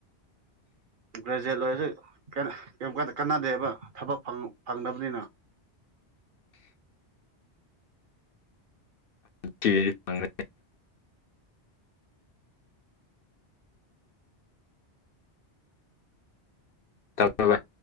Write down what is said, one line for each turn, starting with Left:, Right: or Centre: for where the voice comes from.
Right: ꯒ꯭ꯔꯦꯖ꯭ꯋꯦꯠ ꯂꯣꯏꯔꯖꯨ ꯀꯅ ꯀꯩꯝ ꯀꯥꯟ ꯀꯥꯟꯅꯗꯦꯕ ꯊꯕꯛ ꯐꯪ ꯐꯪꯗꯝꯅꯤꯅ
Left: ꯇꯤꯔꯤ ꯐꯪꯒ꯭ꯔꯦ ꯇꯧ <unintelligible> ꯔꯣ ꯕꯥꯏ